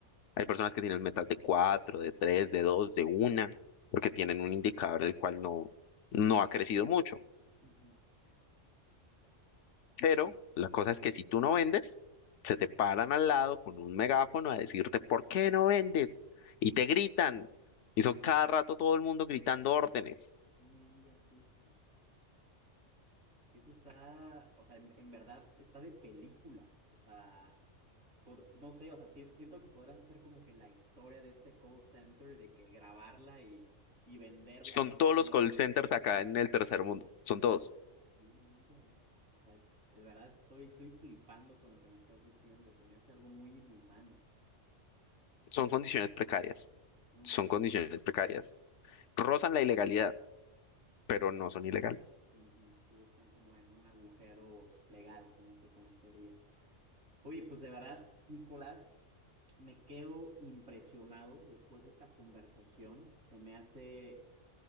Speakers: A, on the left; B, on the right.
A: Hay personas que tienen metas de 4, de 3, de 2, de una, porque tienen un indicador el cual no, no ha crecido mucho.
B: Ujú.
A: Pero la cosa es que si tú no vendes, se te paran al lado con un megáfono a decirte, ¿por qué no vendes? Y te gritan. Y son cada rato todo el mundo gritando órdenes.
B: No me digas eso. Eso está, o sea, en, en verdad está de película. O sea, pod- no sé, o sea, si- siento que podrás hacer como que la historia de este call center, de que grabarla y, y venderla
A: Son
B: así
A: todos
B: como
A: los
B: de...
A: call centers acá en el tercer mundo. Son todos.
B: No me digas. O sea, es- de verdad estoy, estoy flipando con lo que me estás diciendo. Se me hace algo muy inhumano,
A: Son condiciones precarias.
B: muy
A: Son
B: precarios.
A: condiciones precarias. Rozan la ilegalidad, pero no son ilegales.
B: Ujú, Sí, están como en un agujero legal, como se conocería. Oye, pues de verdad, Nicolás, me quedo impresionado después de esta conversación. Se me hace